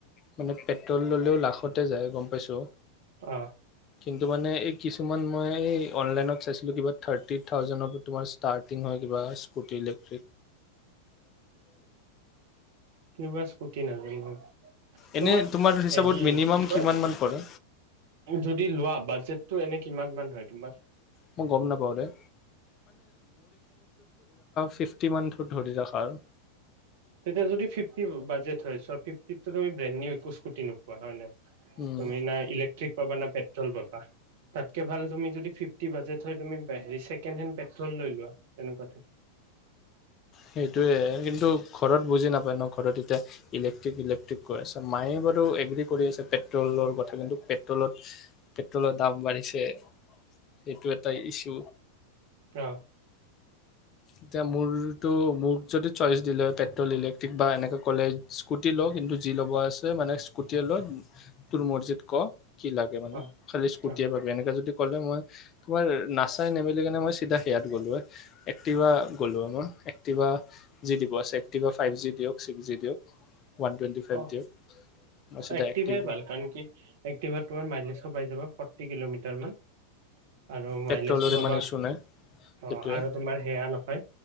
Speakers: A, on the left; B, on the right.
A: মানে পেট্ৰল ললেও লাখতে যায়, গম পাইছো।
B: অ
A: কিন্তু মানে এই কিছুমান মই অনলাইনত চাইছিলো, কিবা থাৰ্টি থাউজেণ্ডৰ পৰা তোমাৰ ষ্টাৰ্টিং হয় কিবা স্কুটি লৈকে
B: কিবা স্কুটি নাজানো মই
A: এনে
B: তোমাৰ
A: হিচাপত
B: হেৰি
A: মিনিমাম
B: কি
A: কিমান
B: কয়,
A: মান পৰে
B: যদি লোৱা বাজেটটো এনেকে কিমান মান হয় তোমাৰ
A: মই গম নাপাওঁ দেই। ফিফটি মানটো ধৰি ৰাখা আৰু
B: তেতিয়া যদি ফিফটি বাজেট হয় চব ফিফটিটো তুমি ব্ৰেড নিউ একো ইচকোটি নোপোৱা হয়নে?
A: উম।
B: তুমি না ইলেক্ট্ৰিক পাবা না পেট্ৰল পাবা। তাতকে ভাল তুমি যদি ফিফটি বাজে হয়‌ তুমি হেৰি চেকেণ্ড হেণ্ড পেট্ৰ'ল খন লৈ লোৱা তেনেকুৱাতে
A: সেইটোৱে কিন্তু ঘৰত বুজি নাপায় নহ ঘৰত এতিয়া ইলেক্ট্ৰিক ইলেক্ট্ৰিক কৈ আছে। মায়ে বাৰু এগ্ৰী কৰি আছে পেট্ৰলৰ কথা কিন্তু পেট্ৰলত পেট্ৰলৰ দাম বাঢ়িছে সেইটো এটা ইছু,
B: অ',
A: এতিয়া মোৰ মোক যদি চইচ দিলে হয় পেট্ৰ'ল, ইলেক্ট্ৰিক বা এনেকে ক'লে ইচকোটি হিল কিন্তু যি ল'ব আছে মানে স্কুটিয়ে লোৱা তোৰ মৰজিট কহ কি লাগে মানে
B: অ',
A: খালি স্কুটিয়ে
B: অ',
A: পাব এনেকে যদি ক'লে মই তোমাৰ নাচাই নেমেলি <unintelligible> কিনা মই চিধা সেয়াত গলো হয়, একটিভাট গলো হয় মই একটিভা যি দিব আছে একটিভা ফাইভ জি দিয়ক চিগজি দিয়ক ওৱান টুৱেণ্টি ফাইভ
B: অ',
A: দিয়ক মই চিধা
B: এক্টিভাই
A: এক্টিভ
B: ভাল কাৰণ কি এক্টিভাত তোমাৰ মাইলেজো পায় যাবা। আৰু ফৰটি কিলোমিটাৰ তাৰ মান আৰু
A: পেট্ৰলৰ
B: মাইলেজটো
A: ইমান
B: পাবা
A: ইছ্যু নাই
B: অহ
A: সেইটোৱে
B: আৰু তোমাৰ হেয়া নহয়